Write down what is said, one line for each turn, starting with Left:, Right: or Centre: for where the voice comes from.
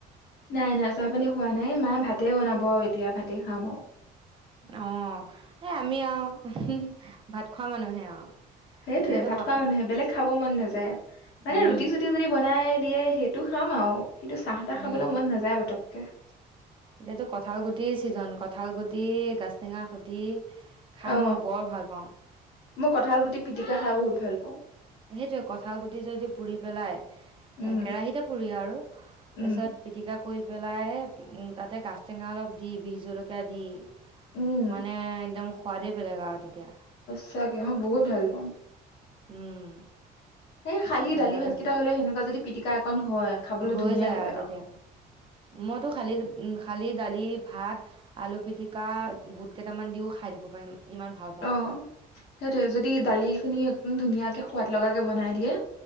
Left: নাই- নাই চাহ পানী খোৱা নাই, মা ভাতেই বনাব আৰু এতিয়া ভাতেই খাম আৰু।
Right: অ', এ' আমি আৰু ভাত খোৱা মানুহে আৰু।
Left: সেইটোৱয়ে
Right: এতিয়াতো
Left: ভাত
Right: কথা
Left: খোৱা মানুহে বেলেগ খাব মন নাযায়, মানে
Right: উম,
Left: ৰুটি-চুটি যদি বনাই দিয়ে সেইটো খাম আৰু, কিন্তু চাহ-তাহ
Right: উম,
Left: খাবলৈ মন নাযায় পতককে।
Right: এইটো কঁঠাল গুটিৰ ছিজন, কঠাল গুটি গাছটঙা খুতি খাই
Left: অ
Right: মই বৰ ভাল পাওঁ।
Left: মই কঁঠাল গুটি পিটিকা খাই বহুত ভাল পাওঁ।
Right: সেইটোয়ে কঠাল গুটি যদি পুৰি পেলাই, এ'
Left: উম
Right: কেৰাহিতে পুৰি আৰু তাৰ
Left: উম
Right: পিছত পিটিকা কৰি পেলাই, তাতে গাছটেঙা অলপ দি বিষ জলকীয়া দি
Left: উম
Right: মানে একদম সোৱাদে বেলেগ আৰু তেতিয়া।
Left: সঁচাকে মই বহুত ভাল পাওঁ।
Right: উম',।
Left: সেই শালি
Right: মজা
Left: দালি ভাতকেইটা
Right: লাগে
Left: হ'লে সেনেকুৱা যদি পিটিকা অকন হয়। খাবলৈ
Right: হৈ
Left: ধুনীয়া
Right: যায়
Left: লাগে আৰু।
Right: তেতিয়া। মইতো খালী- খালী দালি, ভাত আলু পিটিকা বুট কেইটামান দিওঁ খাই দিব পাৰিম। ইমান ভাল পাওঁ
Left: অ', সেইটয়ে যদি দালি খিনি একদম ধুনীয়াকে সোৱাদ লগা কে বনাই দিয়ে।